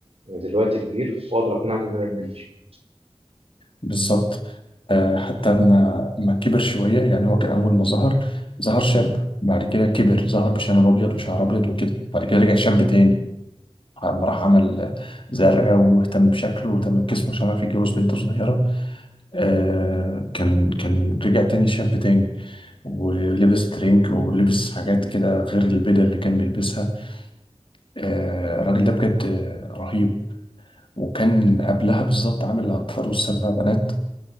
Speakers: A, on the right; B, on the left.
A: أنا دلوقتي كبير وأقدر أقنعك إن أنا كبير
B: بالظبط آه حتى لما ما كبر شوية يعني هو كان أول ما ظهر ظهر شاب بعد كده كبر ظهر بشنب أبيض وشعر أبيض وكده بعد كده رجع شاب تاني لما راح عمل زرع واهتم بشكله واهتم بجسمه عشان يعرف يتجوز بنت صغيرة آه كان كان رجع تاني شاب تاني ولبس ترنك ولبس حاجات كده غير البدل اللي كان بيلبسها آه، الراجل ده بجد رهيب وكان قبلها بالظبط عامل العطار والسبع بنات